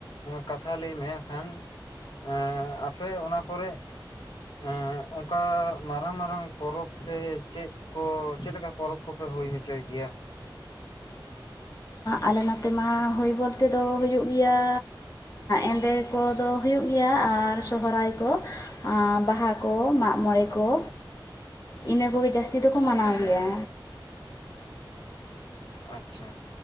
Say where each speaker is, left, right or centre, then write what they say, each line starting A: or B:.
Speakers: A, on the left (about 65°); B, on the left (about 45°).
A: ᱠᱟᱛᱷᱟ ᱞᱟᱹᱭ ᱢᱮ ᱠᱷᱟᱱ ᱮᱸ ᱟᱯᱮ ᱚᱱᱟ ᱠᱚᱨᱮ ᱮᱸ ᱚᱝᱠᱟ ᱢᱟᱨᱟᱝ ᱢᱟᱨᱟᱝ ᱯᱚᱨᱚᱵᱽ ᱥᱮ ᱪᱮᱫ ᱠᱚ ᱪᱮᱫ ᱞᱮᱠᱟ ᱯᱚᱨᱚᱵᱽ ᱠᱚᱯᱮ ᱦᱩᱭ ᱦᱚᱪᱚᱭ ᱜᱮᱭᱟ?
B: ᱟᱞᱮ ᱱᱚᱛᱮ ᱢᱟ ᱦᱩᱭ ᱵᱚᱞᱛᱮ ᱫᱚ ᱦᱩᱭᱩᱜ ᱜᱮᱭᱟ ᱮᱸᱫᱮ᱾ ᱠᱚ ᱫᱚ ᱦᱩᱭᱩᱜ ᱜᱮᱭᱟ ᱟᱨ ᱥᱦᱨᱟᱭ ᱠᱚ ᱵᱟᱦᱟ ᱠᱚ ᱢᱟᱜᱽ ᱢᱚᱬᱮ ᱠᱚ ᱤᱱᱟᱹ ᱠᱚᱜᱮ ᱡᱟᱹᱥᱛᱤ ᱫᱚᱠᱚ ᱢᱟᱱᱟᱣ
A: ᱟᱪᱪᱷᱟ
B: ᱜᱮᱭᱟ᱾
A: ᱟᱪᱪᱷᱟ